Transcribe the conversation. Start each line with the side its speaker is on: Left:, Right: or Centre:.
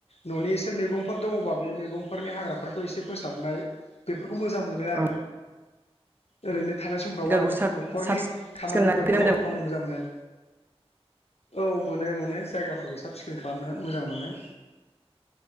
Left: न'नि एसे मैगंफोर दङबा बे मैगंफोरनि हाग्राफोरखौ एसे फोसाबनाय। बेफोरखौ मोजां मोनो
Right: औ
Left: आरो। ओरैनो थानाय समफ्राव
Right: जायगाखौ
Left: आरो
Right: साब
Left: न'खरनि
Right: साब सिखोन
Left: खामानिफोरखौ
Right: लाखिनो
Left: मावनो मोजां मोनो। औ मोनो मोनो जायगाफोरखौ साब सिखोन खालामनो मोजां मोनो।